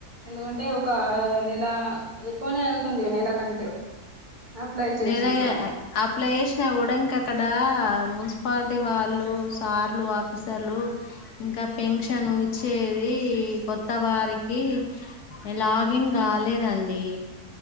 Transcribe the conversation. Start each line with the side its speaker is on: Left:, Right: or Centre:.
Right: ఎందుకంటే ఒక నెల ఎక్కువనే అగుతుంది నెల కంటే అప్లై చేసి
Left: నేర అయి
Right: కూడా
Left: అప్లై చేసిన కూడా ఇంకా అక్కడ మున్సిపాలిటీ వాళ్ళు సార్లు ఆఫీసర్లు ఇంకా పెన్షన్ ఇచ్చేది కొత్త వారికి లాగిన్ కాలేదండి